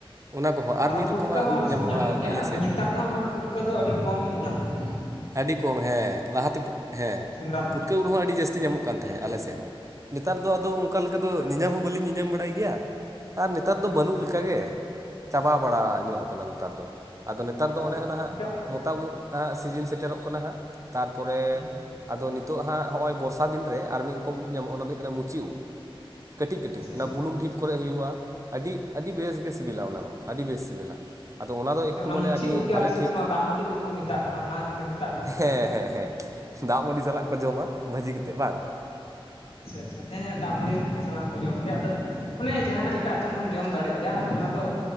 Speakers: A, on the right; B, on the left.
A: ᱚᱱᱟ ᱠᱚᱦᱚᱸ ᱟᱨ
B: ᱟᱨᱦᱚᱸ
A: ᱢᱤᱫ ᱨᱚᱠᱚᱢᱟᱜ
B: ᱯᱩᱴᱠᱟᱹ ᱦᱚᱸ
A: ᱩᱫ
B: ᱟᱞᱮ
A: ᱧᱟᱢᱚᱜᱼᱟ
B: ᱥᱮᱫ ᱫᱚ ᱧᱟᱢᱚᱜ ᱜᱮᱭᱟ
A: ᱟᱞᱮ
B: ᱟᱫᱚ
A: ᱥᱮᱫ
B: ᱱᱮᱛᱟᱨ ᱫᱚ ᱦᱟᱸᱜ ᱚᱱᱟ ᱯᱩᱴᱠᱟᱹ ᱫᱚ ᱟᱹᱰᱤ ᱠᱚᱢ ᱧᱟᱢᱚᱜ ᱠᱟᱱᱟ
A: ᱟᱹᱰᱤ ᱠᱚᱢ ᱦᱮᱸ ᱞᱟᱦᱟᱛᱮ ᱯᱩ ᱦᱮᱸ
B: ᱥᱮᱸᱫᱽᱨᱟ
A: ᱯᱩᱴ ᱠᱟᱹᱣ ᱨᱮᱦᱚᱸ ᱟᱹᱰᱤ ᱡᱟᱹᱥᱛᱤ ᱧᱟᱢᱚᱜ ᱠᱟᱱ ᱛᱟᱦᱮᱸᱜ
B: ᱦᱩᱸ
A: ᱟᱞᱮ ᱥᱮᱫ ᱦᱚᱸ ᱱᱮᱛᱟᱨ ᱫᱚ ᱟᱫᱚ ᱚᱱᱠᱟ ᱞᱮᱠᱟ ᱫᱚ
B: ᱮᱠᱟᱞ
A: ᱧᱮᱧᱟᱢ ᱦᱚᱸ ᱵᱟᱹᱞᱤᱧ ᱧᱮᱧᱟᱢ ᱵᱟᱲᱟᱭ ᱜᱮᱭᱟ ᱟᱨ ᱱᱮᱛᱟᱨ ᱫᱚ ᱵᱟᱹᱱᱩᱜ
B: ᱦᱮᱸ
A: ᱜᱮ ᱪᱟᱵᱟ ᱵᱟᱲᱟ
B: ᱮᱠᱟᱞ
A: ᱧᱚᱜ ᱟᱠᱟᱱᱟ ᱱᱮᱛᱟᱨ ᱫᱚ ᱟᱫᱚ ᱱᱮᱛᱟᱨ
B: ᱮᱠᱟᱞ
A: ᱫᱚ ᱚᱱᱮ ᱱᱟᱦᱟᱸᱜ
B: ᱮᱱᱛᱮ
A: ᱢᱚᱛᱟᱢ ᱩᱫ ᱥᱤᱡᱤᱱ ᱥᱮᱴᱮᱨᱚᱜ ᱠᱟᱱᱟ ᱦᱟᱸᱜ ᱛᱟᱨᱯᱚᱨᱮ
B: ᱦᱩᱸ ᱦᱩᱸ
A: ᱟᱫᱚ ᱱᱤᱛᱚᱜ ᱦᱟᱸᱜ, ᱦᱚᱸᱜᱼᱚᱭ ᱵᱚᱨᱥᱟ ᱫᱤᱱ ᱨᱮ ᱟᱨ ᱢᱤᱫ ᱨᱚᱠᱚᱢ ᱩᱫᱽ ᱧᱟᱢᱚᱜᱼᱟ᱾ ᱚᱱᱟ ᱫᱚ ᱦᱩᱭᱩᱜ ᱠᱟᱱᱟ ᱢᱩᱪᱤ ᱩᱫᱽ᱾ ᱠᱟᱹᱴᱤᱡ ᱠᱟᱹᱴᱤᱡ
B: ᱟᱪᱪᱷᱟ
A: ᱚᱱᱟ
B: ᱟᱪᱪᱷᱟ
A: ᱵᱩᱱᱩᱢ ᱰᱷᱤᱯ ᱠᱚᱨᱮ ᱦᱩᱭᱩᱜᱼᱟ᱾ᱟᱹᱰᱤ ᱟᱹᱰᱤ ᱵᱮᱥ ᱜᱮ ᱥᱤᱵᱤᱞᱟ, ᱚᱱᱟ ᱦᱚᱸ ᱟᱹᱰᱤ ᱵᱮᱥ ᱥᱤᱵᱤᱞᱟ᱾ ᱟᱫᱚ ᱚᱱᱟ ᱫᱚ
B: ᱥᱮ
A: ᱮᱠᱴᱩ
B: ᱚᱱᱟ
A: ᱢᱟᱱᱮ
B: ᱢᱩᱪᱤ
A: ᱟᱹᱰᱤ
B: ᱩᱫ ᱜᱮ
A: ᱵᱷᱟᱞᱮ
B: ᱟᱞᱮᱥᱮᱫ
A: ᱴᱷᱤᱠ
B: ᱫᱚ ᱚᱱᱟ ᱫᱟᱜ ᱢᱟᱹᱰᱤ ᱩᱫ ᱠᱚ ᱢᱮᱛᱟᱜ ᱠᱟᱱᱟ ᱚᱱᱟ ᱜᱮ ᱢᱮᱛᱟᱜ ᱠᱟᱱᱟ
A: ᱦᱮᱸ
B: ᱥᱮ
A: ᱦᱮᱸ ᱦᱮᱸ ᱫᱟᱜ ᱢᱟᱹᱰᱤ ᱥᱟᱞᱟᱜ ᱠᱚ ᱡᱚᱢᱟ ᱵᱷᱟᱹᱡᱤ ᱠᱟᱛᱮᱫ ᱵᱟᱝ
B: ᱟᱪᱪᱷᱟ ᱟᱪᱪᱷᱟ ᱦᱮᱸᱫᱟᱜ ᱢᱟᱹᱰᱤ ᱥᱟᱞᱟᱜ ᱠᱚ ᱡᱚᱢ ᱠᱮᱭᱟ ᱟᱫᱚ ᱢᱟᱱᱮ ᱡᱟᱦᱟᱱᱟᱜ ᱮᱴᱟᱜ ᱛᱩᱞᱩᱡ ᱦᱚᱸᱢ ᱡᱚᱢ ᱫᱟᱲᱮᱜ ᱜᱮᱭᱟ ᱟᱫᱚ ᱚᱱᱟᱫᱚ